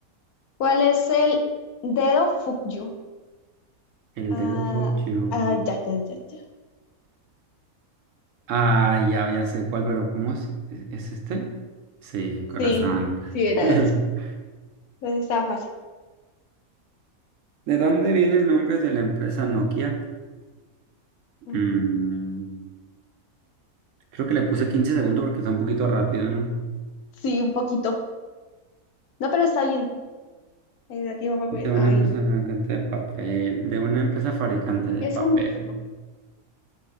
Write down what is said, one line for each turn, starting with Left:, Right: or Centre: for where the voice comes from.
Left: ¿Cuál es el dedo Fukyu?
Right: El Dead
Left: Ah,
Right: of You.
Left: ah, ya, ya, ya, ya.
Right: Ah, ya, ya sé cuál, pero ¿cómo es? ¿Es es este? Sí, corazón.
Left: Sí, sí era
Right: <laughs>
Left: ese. Entonces estaba fácil.
Right: ¿De dónde viene el nombre de la empresa Nokia?
Left: Mm,
Right: Mm, creo que le puse 15 segundos porque está un poquito rápido, ¿no?
Left: Sí, un poquito. No, pero está bien. Ahí da tiempo para...
Right: De
Left: pe-
Right: una
Left: Ay,
Right: empresa
Left: no.
Right: fabricante de papel, de una empresa fabricante de
Left: Eso
Right: papel.
Left: mismo.